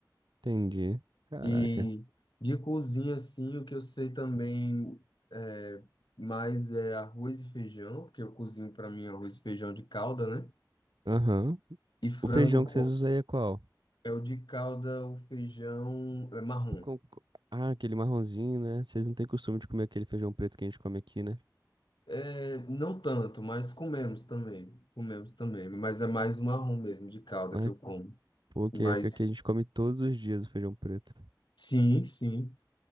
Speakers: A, on the right; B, on the left.
A: Entendi. Caraca.
B: E de cozinha, assim, o que eu sei também é, mais é arroz e feijão, porque eu cozinho para mim arroz e feijão de calda, né?
A: Aham.
B: E frango
A: O feijão
B: com-
A: que vocês usam aí é qual?
B: é o de calda, o feijão é marrom.
A: Com- co- Ah, aquele marronzinho, né? Vocês não têm costume de comer aquele feijão preto que a gente come aqui, né?
B: É, não tanto, mas comemos também. Comemos também, mas é mais o marrom mesmo, de calda
A: Ah,
B: que eu como.
A: pô, que
B: Mas
A: é que aqui a gente come todos os dias o feijão preto.
B: sim, sim.